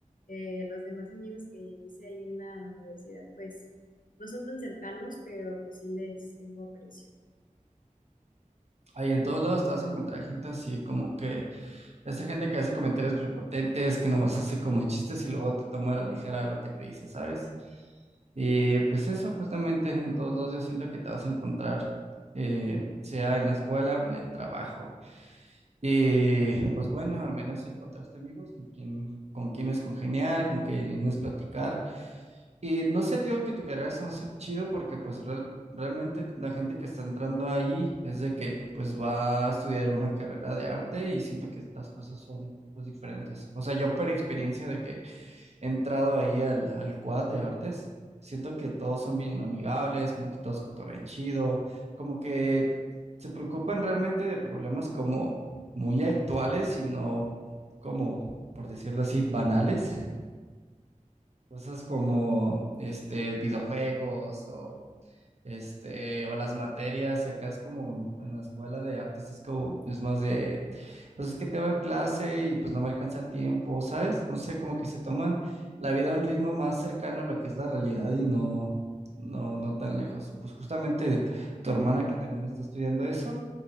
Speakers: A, on the left (about 85°); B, on the right (about 50°).
A: eh, los demás amigos que hice ahí en la universidad, pues... No son tan cercanos, pero pues sí les tengo aprecio.
B: Ahí en todos lados te vas a encontrar gente así como que Esta gente que hace comentarios prepotentes, que nomás hace como chistes y luego te toma a la ligera lo que te dice, ¿sabes? Y pues eso, justamente en todos los yo siento que te vas a encontrar, eh, sea en la escuela o en el trabajo. Y pues bueno, al menos encontraste amigos con quien, con quienes congeniar, con quienes platicar. Y no sé, tío, que tu carrera se me hace chido porque pues real- realmente la gente que está entrando ahí es de que pues va a estudiar una carrera de arte y siento que las cosas son pues diferentes. O sea, yo por experiencia de que he entrado ahí al, al quad de artes, siento que todos son bien amigables, como que todos cotorrean chido, como que se preocupan realmente de problemas como muy actuales y no como, por decirlo así, banales. Cosas como este videojuegos o este o las materias, y acá es como en la escuela de artes es como es más de pues es que tengo clase y pues no me alcanza el tiempo, ¿sabes? No sé, como que se toman la vida a un ritmo más cercano a lo que es la realidad y no no no tan lejos. Pues justamente tu hermana que también está estudiando eso,